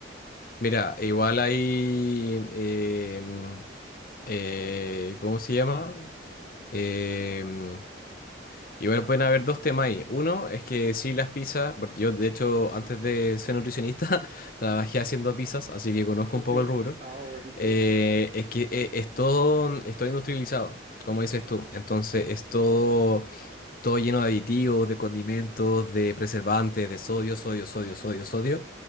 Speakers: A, on the left (about 45°); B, on the right (about 35°).
A: Mira, igual hay. em, eh, ¿cómo se llama? Em, igual pueden haber dos temas ahí. Uno es que sí, las pizzas, porque yo de hecho antes de ser nutricionista <laughs> trabajé haciendo pizzas, así que conozco
B: Ok,
A: un poco el rubro.
B: ah, buenísimo.
A: Eh, es que eh, es todo, es todo industrializado, como dices tú. Entonces
B: Mm,
A: es todo todo lleno de aditivos, de condimentos, de preservantes, de sodio, sodio, sodio, sodio, sodio.